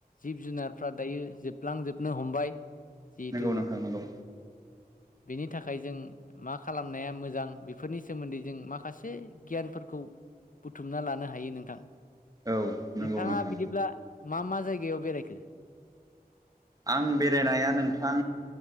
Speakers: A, on the left; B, on the right.
A: जिब जुनारफ्रा दायो जोबलांजोबनो हमबाय जिथु
B: नंगौ नोंथां नंगौ
A: बेनि थाखाय जों मा खालामनाया मोजां बेफोरनि सोमोन्दै जों माखासे गियानफोरखौ बुथुमना लानो हायो नोंथां।
B: औ
A: नोंथाङा
B: नंगौ नोंथां
A: बिदिब्ला मा मा जायगायाव बेरायखो
B: आं बेरायनाया नोंथां